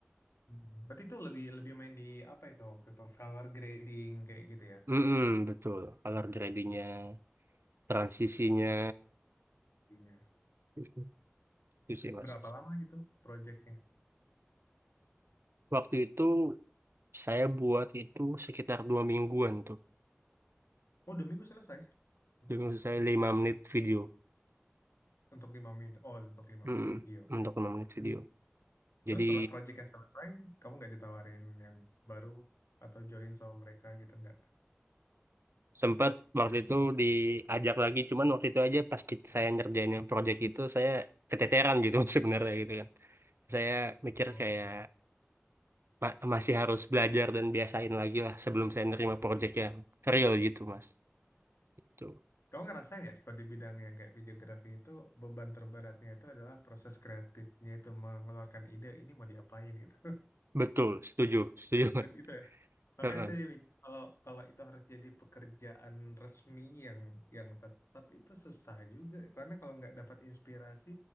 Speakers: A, on the left (about 85°); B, on the right (about 60°).
A: Hmm. Berarti itu lebih lebih main di apa itu waktu itu color grading kayak gitu ya?
B: Mm-mm, betul color gradingnya transisinya
A: Iya.
B: Mm-mm. itu sih mas
A: Berapa lama gitu proyeknya?
B: waktu itu saya buat itu sekitar dua mingguan tuh
A: Oh, dua minggu selesai. Hmm.
B: jadi maksud saya lima menit video
A: Untuk lima menit. Oh, untuk lima
B: Mm-mm,
A: menit video.
B: untuk lima menit video
A: Terus
B: jadi
A: setelah proyeknya selesai, kamu nggak ditawarin yang baru atau join sama mereka gitu nggak?
B: sempat waktu itu diajak lagi cuman waktu itu aja pas ki- saya ngerjain yang project itu saya keteteran gitu <laughs> sebenarnya gitu kan saya mikir
A: Oh.
B: kayak
A: oh.
B: ma- masih harus belajar dan biasain lagi lah sebelum saya nerima project yang real gitu mas itu
A: Kamu ngerasain nggak sih kalau di bidang yang kayak videografi itu beban terberatnya itu adalah proses kreatifnya itu mengeluarkan ide ini mau diapain gitu.
B: betul setuju setuju
A: <laughs> Berarti itu
B: <laughs>
A: Makanya
B: Heeh.
A: saya mikir, kalau kalau itu harus jadi pekerjaan resmi yang yang tetap itu susah juga karena kalau nggak dapat inspirasi